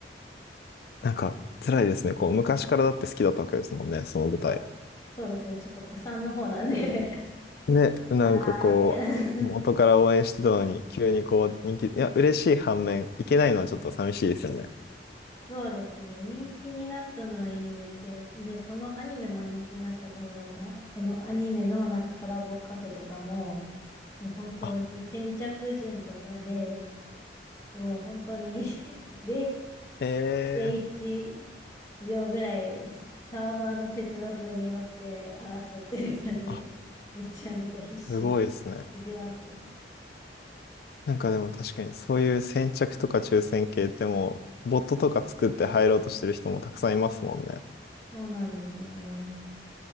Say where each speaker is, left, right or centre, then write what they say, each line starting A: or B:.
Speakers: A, on the left; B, on the left.
A: なんか辛いですね。こう昔からだって好きだったわけですもんね、その舞台。
B: そうそうですね、ちょっと古参の方なんで
A: ね、なんかこう、
B: <laughs> ああ、みたいな
A: 元から応援してたのに、急にこう、人気、いや、嬉しい反面、いけないのはちょっと寂しいですよね。
B: <laughs> そうですね、人気になったのはいいんですけど、で、そのアニメも人気になったから、なんかそのアニメのなんかコラボカフェとかも、もう本当に先着順とかで、
A: あ、
B: もう本当に <laughs>
A: ええ
B: 0.01秒ぐらいサーバーの接続によって争ってる感じが
A: あ、
B: めちゃめちゃ必死に
A: すごいですね。
B: 感じますね。
A: なんかでも確かに、そういう先着とか抽選系ってもう、ボットとか作って入ろうとしてる人もたくさんいますもんね。
B: そうなんですよね。